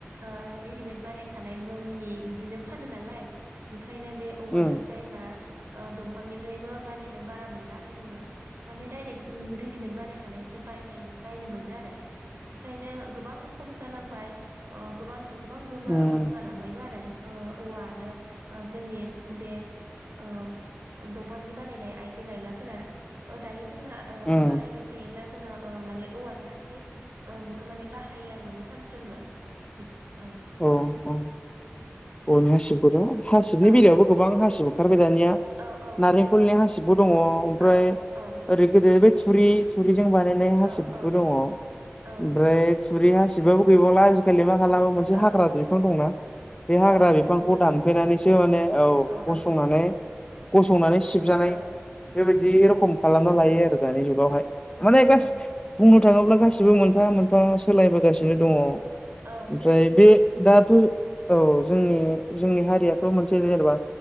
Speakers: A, on the right; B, on the left.
A: ओ रेडिमेद बानायखानाय ममनि बिदिनो फानो नालाय बे खायनो बे औवानिफ्राय
B: उम
A: बा ओ दंफांनिफ्रायबो बानायनाय बारा मोनला आरो जोङो माने डाइरेक्ट ओ रेडिमेड बानायखानायसो बायनाय बायनो मोनो आरो बेखायनो गो बां खम जालांबाय अ गोबां गोबां गोमा
B: उम
A: गोमालांबायबो आरो ओ औवा आरो ओ जोंनि बे ओ दंफांनि बानायनाय आइजें आयलाफोरा ओ दायो जोंहा ओ
B: उम
A: बाहायबाय थायोब्ला जोङो ओ माने औवानि हासिब ओ बेखौ माने बाह हायो आरो माने सानफ्रोमबो बे औ
B: अ अ अनिया सिगुराव हासिबनि
A: औ
B: बेलायावबो
A: औ
B: गोबां
A: औ
B: हासिब ओंखारबाय दानिया
A: औ औ
B: नारेंखलनि
A: दङ औ
B: हासिबबो दङ ओमफ्राय
A: औ औ
B: ओरै गोदो बै थुरि थुरिजों बानायनाय हासिबबो
A: औ
B: दङ ओमफ्राय
A: औ
B: थुरि हासि सिबाबो गैबावला आजिलि मा खाला बे
A: औ
B: हाग्रा
A: औ
B: बिफां
A: गैला
B: दंना बे हाग्रा
A: औ
B: बिफांखौ
A: दों
B: दानफायनानैसो माने
A: गोजौ
B: औ गसंनानै
A: औ
B: गसंनानै सिबजानाय
A: औ
B: बेबायदि रखम खालामना लायो आरो दानि जुगावहाय माने गास
A: औ
B: बुंनो थाङोब्ला गासि सिबो मोनफा
A: औ
B: मोनफा सोलायबोगासि सिनो दङ।
A: औ
B: ओमफ्राय
A: सो
B: बे दाथ' औ जोंनि जोंनि हारियाथ' मोनसे जेनेबा